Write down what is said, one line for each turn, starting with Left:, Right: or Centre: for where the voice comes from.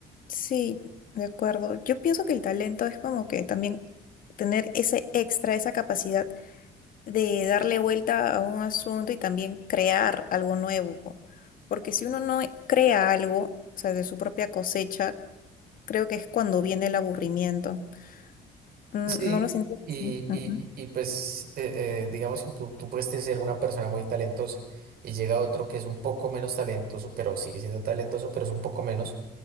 Left: sí, de acuerdo. Yo pienso que el talento es como que también tener ese extra, esa capacidad de darle vuelta a un asunto y también crear algo nuevo. Porque si uno no crea algo, o sea, de su propia cosecha, creo que es cuando viene el aburrimiento. Mm,
Right: Sí,
Left: ¿No lo siento
Right: y,
Left: así? Ujú,
Right: y, y- y pues eh, eh, digamos que tú, tú puedes ser una persona muy talentosa y llega otro que es un poco menos talentoso, pero sigue siendo talentoso, pero es un poco menos,